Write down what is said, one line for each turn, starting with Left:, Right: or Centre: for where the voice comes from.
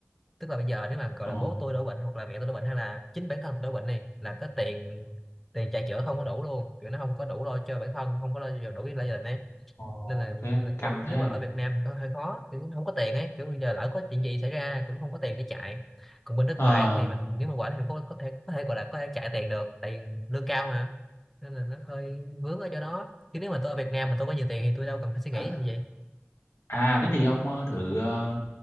Centre: tức là bây giờ nếu mà gọi
Left: Ờ.
Centre: là bố tôi đổ bệnh hoặc là mẹ tôi đổ bệnh hay là chính bản thân tôi đổ bệnh này là cái tiền tiền chạy chữa không có đủ luôn kiểu nó không có đủ lo cho bản thân không có lo đủ lo cho gia đình ấy
Left: Ồ,
Centre: nên là nên
Left: thế
Centre: là kiểu
Left: căng thế.
Centre: nếu mà ở Việt Nam thì có hơi khó kiểu không có tiền ấy kiểu bây giờ lỡ có chuyện gì xảy ra cũng không có tiền để chạy còn bên nước
Left: Ờ,
Centre: ngoài á thì mình nếu mà quản thì có có thể có thể gọi là có thể chạy tiền được tại vì lương cao mà nên là nó hơi vướng ở chỗ đó chứ nếu mà tôi ở Việt Nam mà tôi có nhiều tiền thì tôi đâu cần phải suy nghĩ
Left: à,
Centre: làm gì
Left: à thế thì ông ờ, thử ờ,